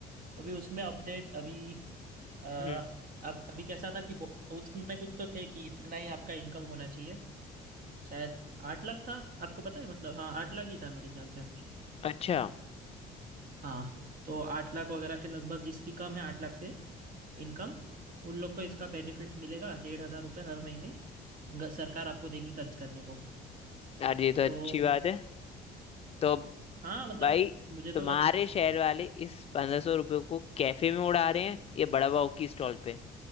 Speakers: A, on the right; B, on the left.
A: अभी उसमें अपडेट अभी आ,
B: हम्म
A: अब अभी कैसा था कि बो- उसमें कुछ तो थे कि इतना ही आपका इनकम होना चाहिए शायद आठ लाख था आपको पता है मतलब हाँ आठ लाख ही था मेरे ख्याल से
B: अच्छा
A: हाँ तो आठ लाख वगैरह के लगभग जिसकी कम है आठ लाख से इनकम उन लोग को इसका बेनिफिट मिलेगा डेढ़ हज़ार रुपये हर महीने ग- सरकार आपको देगी खर्च करने को
B: यार ये तो
A: तो
B: अच्छी बात है तो अब
A: हाँ मतलब
B: भाई
A: मुझे तो
B: तुम्हारे
A: अच्छ-
B: शहर वाले इस पंद्रह सौ रुपये को कैफे में उड़ा रहे हैं ये बड़ा बाव की स्टॉल पे